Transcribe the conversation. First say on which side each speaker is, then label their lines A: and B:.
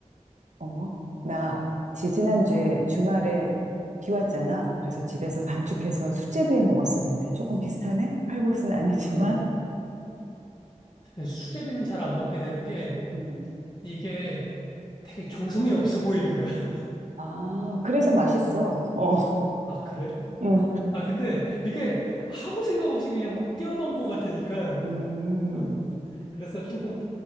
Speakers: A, on the right; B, on the left.
A: 어머, 나 지지난주에 주말에 비 왔잖아. 그래서 집에서 반죽해서
B: 어,
A: 수제비에 먹었었는데 조금 비슷하네? 칼국수는 아니지만.
B: 어. 수제비는 잘 안 먹게 되는 게
A: 음.
B: 이게 되게 정성이 없어 보이는 거야. <laughs>
A: 아, 그래서 맛있어. 어,
B: 아, 그래?
A: 음,
B: 아, 근데 이게 아무 생각 없이 그냥 막 뛰어넘은 것 같으니까,
A: 음,
B: 어. 그래서 조금